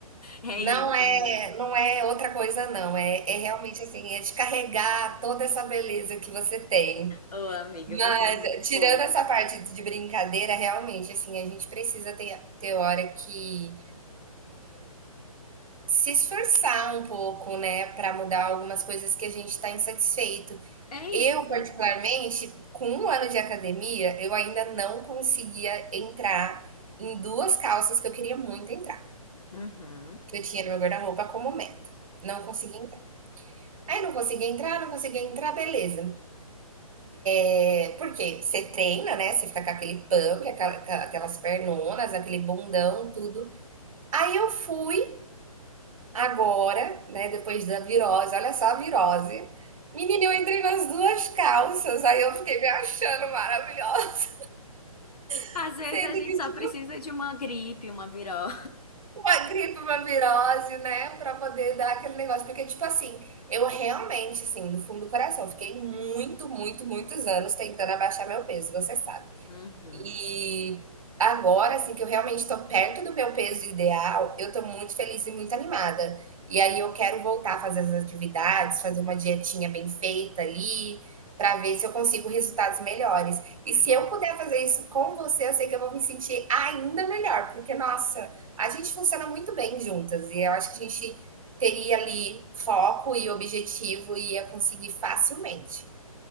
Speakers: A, on the left; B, on the right.
A: É
B: Não
A: isso,
B: é
A: amiga.
B: não é outra coisa não, é é realmente, assim, é de carregar toda essa beleza que você tem.
A: Ô, amiga,
B: Mas,
A: você é muito
B: eh, tirando
A: fofa.
B: essa parte de brincadeira, realmente, assim, a gente precisa ter, ter hora que se esforçar um pouco, né, para mudar algumas coisas que a gente está insatisfeito.
A: É
B: Eu,
A: isso.
B: particularmente, com um ano de academia, eu ainda não conseguia entrar em duas calças que eu queria muito entrar,
A: Uhum.
B: que eu tinha no meu guarda-roupa como meta. Não conseguia entrar. Aí não conseguia entrar, não conseguia entrar, beleza. É, porque você treina, né? Você fica com aquele pump, aquelas pernonas, aquele bundão, tudo. Aí eu fui agora, né? Depois da virose, olha só a virose. Menina, eu entrei nas duas calças, aí eu fiquei me achando maravilhosa. <laughs>
A: Às vezes
B: Sendo
A: a gente
B: que
A: só
B: isso
A: precisa de uma gripe, uma viró.
B: uma gripe, uma virose, né? Pra poder dar aquele negócio. Porque, tipo assim, eu realmente, assim, do fundo do coração, fiquei muito, muito, muitos anos tentando abaixar meu peso, você sabe.
A: Uhum.
B: E agora, assim, que eu realmente estou perto do meu peso ideal, eu estou muito feliz e muito animada. E aí eu quero voltar a fazer as atividades, fazer uma dietinha bem feita ali, para ver se eu consigo resultados melhores. E
A: uhum.
B: se eu puder fazer isso com você, eu sei que eu vou me sentir ainda melhor, porque, nossa, a gente funciona muito bem juntas. E eu acho que a gente teria ali foco e objetivo e ia conseguir facilmente.